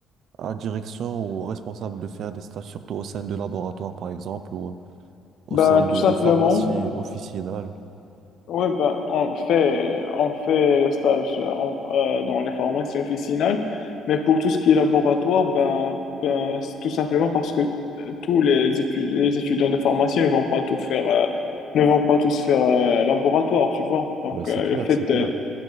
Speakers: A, on the right; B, on the left.
A: à la direction ou au responsable de faire des stages, surtout au sein de laboratoire, par exemple, ou au
B: Ben,
A: sein de,
B: tout simplement.
A: de pharmacies officinales.
B: Oui, ben, on fait, on fait le stage euh, en- euh, dans les pharmacies officinales, mais pour tout ce qui est laboratoire, ben, ben, c'est tout simplement parce que euh, tous les, étu- les étudiants de pharmacie ne vont pas tout faire, euh, ne vont pas tous faire euh, laboratoire, tu vois. Donc,
A: Ben, c'est
B: euh,
A: clair,
B: le fait
A: c'est clair.
B: de,